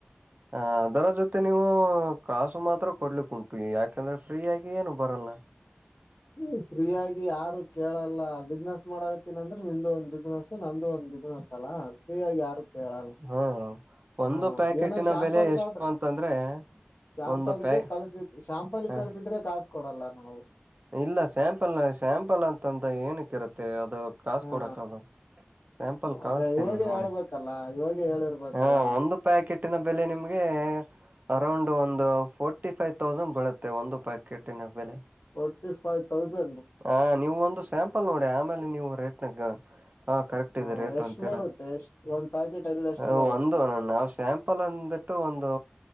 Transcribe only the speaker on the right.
ಹಾ ದರ ಜೊತೆ. ಮತ್ತೆ ನೀವು ಕಾಸು ಮಾತ್ರ ಕೊಡ್ಲಿಕ್ ಉಂಟು ಯಾಕಂದ್ರೆ ಫ್ರೀಯಗಿ ಏನು ಬರಲ್ಲ.
ಹಾ ಒಂದು
ಪ್ಯಾಕೆಟಿನ
ಬೆಲೆ ಎಷ್ಟು
ಅಂತಂದ್ರೆ.
ಒಂದು ಪ್ಯಾ
ಹ
ಇಲ್ಲ ಸ್ಯಾಂಪಲ್ ಸ್ಯಾಂಪಲ್ ಅಂತಂದ ಏನಕ್ಕಿರುತ್ತೆ ಅ. ಅದು ಕಸ್
ಕೊಡಕ್ದು ಸ್ಯಾಂಪಲ್ ಕಳಸ್ತೇನಿ
ನೋಡಿ.
ಹಾ ಒಂದು ಪ್ಯಾಕೆಟ್ಿನ ಬೆಲೆ ನಿಮ್ಗೆ. ಅರೌಂಡ್ ಒಂದು ಫೋರ್ಟಿ ಫೈವ್ ತೌಸಂಡ್ ಬರುತ್ತೆ ಒಂದು ಪ್ಯಾಕೆಟ್ಿನ ಬೆಲೆ.
ಹ ನೀವು ಒಂದು ಸ್ಯಾಂಪಲ್ ನೋಡಿ ಆಮೇಲೆ ನೀವು ರೇಟ್ನಾಗ. ಹಾ ಕರೆಕ್ಟ್
ಇದ ರ ಏಟ್ು
ಅಂತೀರಾ.
ಅ
ಒಂದು ನಾವವು ಸ್ಯಾಂಪಲ್ ಅಂದಟ್ಟು ಒಂದು.